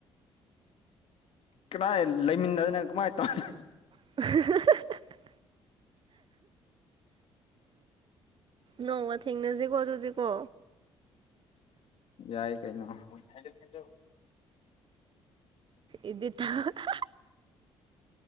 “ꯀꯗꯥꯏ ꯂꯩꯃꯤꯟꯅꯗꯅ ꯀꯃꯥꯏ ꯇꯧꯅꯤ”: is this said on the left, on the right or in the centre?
Left